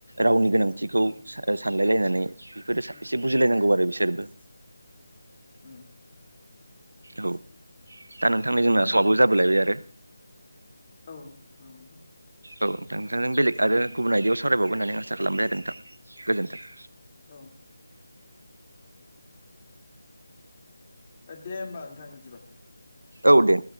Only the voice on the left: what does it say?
ओं
ओं
ओं
<inaudible>
ओं
औ म दा
औ दे होनोमबा नोंथां बिदिबा